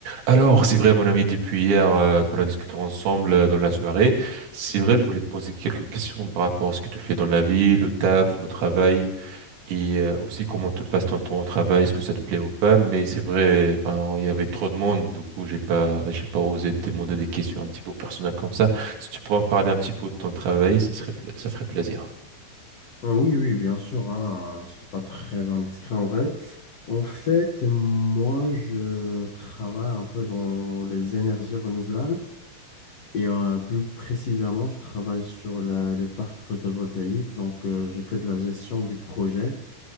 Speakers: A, on the right; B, on the left.
A: Alors, c'est vrai, mon ami, depuis hier euh, qu'on a discuté ensemble euh, dans la soirée, c'est vrai, je voulais te poser quelques questions par rapport à ce que tu fais dans la vie, le taf, le travail, et euh, aussi comment te passe ton temps au travail, est-ce que ça te plaît ou pas. Mais c'est vrai, enfin, il y avait trop de monde, du coup, j'ai pas, j'ai pas osé te demander des questions un petit peu personnelles comme ça. Si tu pourrais me parler un petit peu de ton travail, ça serait, ça ferait plaisir.
B: Ah oui, oui, bien sûr, hein, c'est pas très indiscret en vrai. En fait, moi, je travaille un peu dans les énergies renouvelables et euh, plus précisément, je travaille sur la- le parc photovoltaïque. Donc, euh, je fais de la gestion du projet.